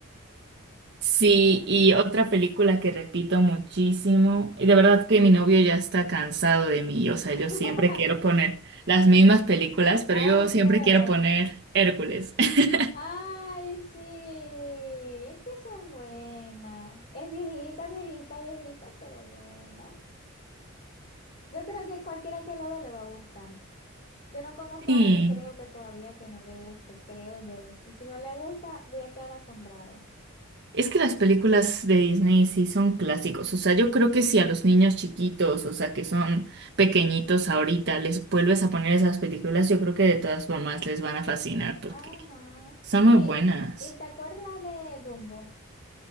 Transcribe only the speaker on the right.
Sí,
y otra película que repito muchísimo, y de verdad que mi novio ya está cansado de mí, o sea,
yo siempre quiero poner las mismas películas, pero
yo siempre
quiero poner Hércules. <laughs>
Sí,
es que las películas de Disney sí son clásicos, o sea, yo creo que si a los niños chiquitos, o sea, que son pequeñitos ahorita, les vuelves a poner esas películas, yo creo que de todas formas les van a fascinar porque
son
muy buenas.